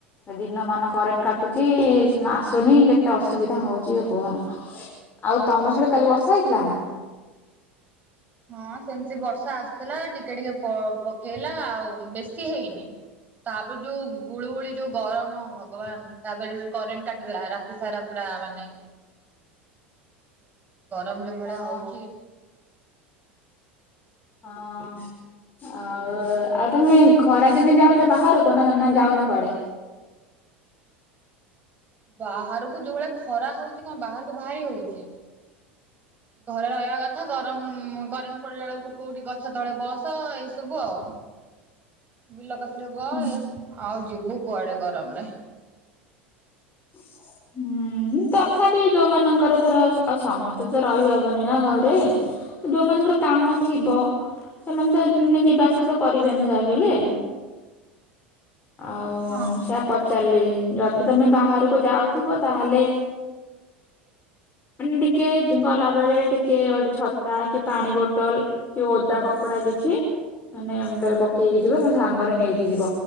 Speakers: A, on the left (about 30°); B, on the right (about 25°).
A: ଦିନ ମା କରେଣ୍ଟ କାଟୁଛି ଆସୁନି କେତେ ଅସୁବିଧା ହଉଛି କୁହନା ଆଉ ତମ ଛାଡୁ କାଲି ବର୍ଷା ହେଇଥିଲା ନା?
B: ହଁ ସେମିତି ବର୍ଷା ଆସିଥିଲା, ଟିକେ ଟିକେ ପକେଇଲା ଆଉ ବେଶୀ ହେଇନି, ତାପରେ ଯୋଉ ଗୁଳୁଗୁଳି ଯୋଉ ଗରମ ଭଗବାନ ତାପରେ କରେଣ୍ଟ କାଟିଦେଲା ରାତି ସାରା ପୁରା ମନେ ଗରମ ଯୋଉ ଭଳିଆ
A: ହଁ
B: ହଉଛି।
A: ହଁ। ଆଉ ଆଉ ତମେ ଖରା ଦିନେ ଯାଉଛ ବାହାରକୁ? ନା ଯାଉନ କୁଆଡେ?
B: ବାହାରକୁ ଯୋଉ ଭଆ, ଖରା ହଉଛି। କଣ, ବାହାରକୁ ବାହାରି ହଉଛି, ଘରେ ରହିବା କଥା। ଗରମ କରେ ପଳ ବଳକୁ କୋଉଠି ଗ <unintelligible> ଗଛ ତଳେ ବସ ଏଇ ସବୁ ଆଉ, ବିଲ କ ବ
A: ହୁଁ।
B: ଆଉ <unintelligible> ଯିବୁ କୁଆଡେ ଗରମରେ।
A: ହୁଁ, ତଥାପି ଯୋଉମାନଙ୍କର ଥର ଆଉ' ସମ ଏତେ, ତ ରହିହବନି ନା ଘରେ। ଯୋଉ, ମାନଙ୍କର କାମ ଥିବ। ସେମାନେ ତ- ମାନେ ଯିବା ଆସିବା, କରିବେ ନା ଯା, ବି ହେଲେ? ଆଉ'ସେଇଆ
B: ହଁ।
A: ପଚାରିଲି। ଯଦି ତମେ ବାହାରକୁ ଯାଉଥିବ।, ତାହାଲେ ମାନେ, ଟିକେ ଗଲାବେଳେ, ଟିକେ, ଗୋଟେ ଛତା, କି ପାଣି ବୋଟଲ- କି ଓଦା କପଡା କିଛି, ମାନେ ମୁଣ୍ଡରେ, ପକେଇକି ଯିବ, ନା ସାଙ୍ଗରେ ନେଇକି ଯିବ।